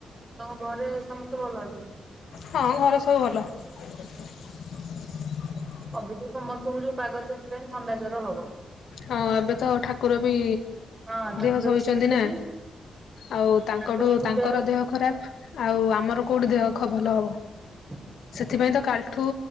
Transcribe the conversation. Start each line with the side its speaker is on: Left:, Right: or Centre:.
Right: ତମ ଘରେ ସମସ୍ତେ ଭଲ ଅଛନ୍ତି?
Left: ହଁ ଘରେ ସବୁ ଭଲ। <unintelligible>
Right: ଅବିକା ତ ସମସ୍ତଙ୍କୁ ଯୋଉ ପାଗ ଚେଞ୍ଜ ହେଲାଣି ଥଣ୍ଡା ଜ୍ୱର ହବ।
Left: ହଁ ଏବେ ତ ଠାକୁର ବି
Right: ହଁ ଠାକୁର
Left: ଦେହ ସହିଛନ୍ତି
Right: ବି ଶୋଇଲେଣି
Left: ନା। ଆଉ ତାଙ୍କଠୁ
Right: ଠାକୁରଙ୍କୁ
Left: ତାଙ୍କର
Right: ଜର
Left: ଦେହ ଖରାପ। ଆଉ ଆମର କୋଉଠି ଦେହ ଖ ଭଲ ହବ।
Right: ହ
Left: ସେଥିପାଇଁ ତ କାଲିଠୁ